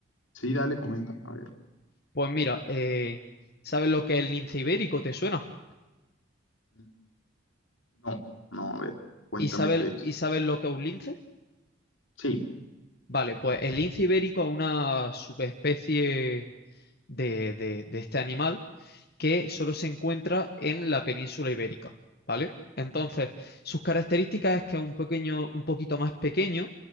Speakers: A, on the left (about 85°); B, on the left (about 50°).
A: Sí, dale, comenta, a ver.
B: Pues mira, eh, ¿sabes lo que es el lince ibérico? ¿Te suena?
A: Mm, No, no, a ver, cuéntame
B: ¿Y sabes,
A: qué es.
B: y sabes lo que es un lince?
A: Sí,
B: Vale, pues el lince ibérico es una subespecie de, de de este animal que solo se encuentra en la península ibérica, ¿vale? Entonces, sus características es que es un pequeño, un poquito más pequeño,